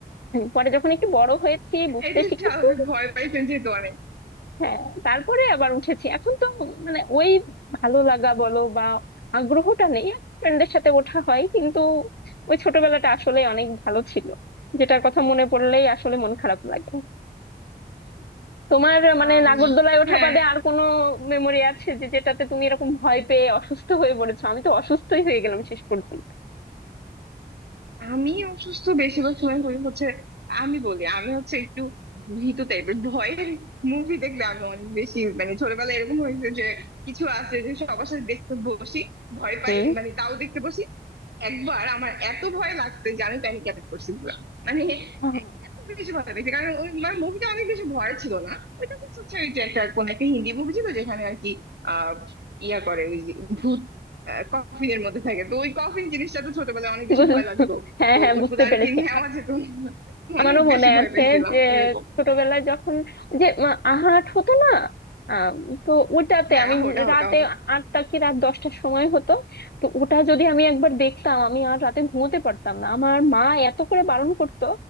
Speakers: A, on the left (about 75°); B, on the right (about 85°).
A: পরে যখন একটু বড় হয়েছি বুঝতে
B: এটা
A: শিখেছি
B: স্বাভাবিক ভয় পাই কিন্তু যেহেতু অনেক
A: হ্যাঁ তারপরে আবার উঠেছি এখন তো মানে ওই ভালো লাগা বলো বা আগ্রহটা নেই ফ্রেন্ডের সাথে ওঠা হয় কিন্তু ওই ছোটবেলাটা আসলে অনেক ভালো ছিল যেটার কথা মনে পড়লেই আসলে মন খারাপ লাগে তোমার মানে
B: আম,
A: নাগরদোলায় ওঠা
B: হ্যাঁ
A: বাদে আর কোনো মেমোরি আছে যে যেটাতে তুমি এরকম ভয় পেয়ে অসুস্থ হয়ে পড়েছো আমি তো অসুস্থই হয়ে গেলাম শেষ পর্যন্ত
B: আমি অসুস্থ বেশিরভাগ সময় হই হচ্ছে আমি বলি আমি হচ্ছে একটু ভীতু টাইপের ভয়ের মুভি দেখলে আমি অনেক বেশি মানে ছোটবেলায় এরকম হয়েছে যে কিছু আছে যে সবার সাথে দেখতে বসি ভয় পাই
A: হুম
B: মানে তাও দেখতে বসি একবার আমার এত ভয় লাগছে যে আমি প্যানিক অ্যাটাক করছি পুরো মানে
A: আহ,
B: এত বেশি ভয় পেয়েছি কারণ ওই মানে মুভিটা অনেক বেশি ভয় ছিল না ওইটা তো সোসাইটি একটা কোন একটা হিন্দি মুভি ছিল যেখানে আর কি আহ ইয়া করে ওই যে ভূত কফিনের মধ্যে থাকে তো ওই কফিন জিনিসটা তো ছোটবেলায় অনেক বেশি
A: বুঝ-
B: ভয় লাগতো
A: হ্যাঁ
B: তো
A: হ্যাঁ
B: ওইগুলো
A: বুঝতে
B: আর
A: পেরেছি
B: কি নেওয়া যেত না।
A: আমারও
B: অনেক
A: মনে
B: বেশি ভয়
A: আছে
B: পেয়েছিলাম
A: যে
B: এরকম
A: ছোটবেলায় যখন যে মা- আহাট হতো না আম, তো ওটাতে
B: হ্যাঁ
A: আমি
B: আহট আহট
A: রাতে
B: আহট
A: আটটা কি রাত দশটার সময় হতো তো ওটা যদি আমি একবার দেখতাম আমি আর রাতে ঘুমোতে পারতাম না আমার মা এত করে বারণ করতো